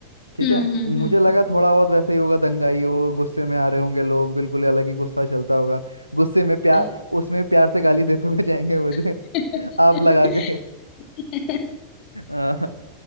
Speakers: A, on the right; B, on the left.
A: ठीक
B: हम्म
A: है
B: हम्म हम्म,
A: मुझे लगा
B: हम्म,
A: थोड़ा बहुत वैसे ही होगा दंगाई हो गुस्से में आ रहे होंगे लोग बिल्कुल ही अलग ही गुस्सा चलता होगा गुस्से में प्यार
B: अरे
A: उसमें भी प्यार से गाली देते हुए जाएंगे मुझे
B: <laughs>
A: <laughs> आप लगा के हाँ।